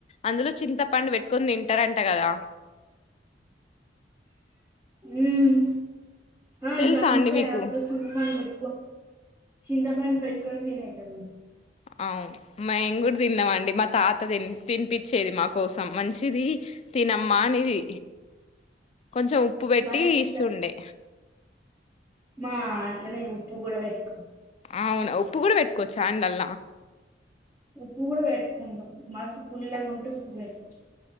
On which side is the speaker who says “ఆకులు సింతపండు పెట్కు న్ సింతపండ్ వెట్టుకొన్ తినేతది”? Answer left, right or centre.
Right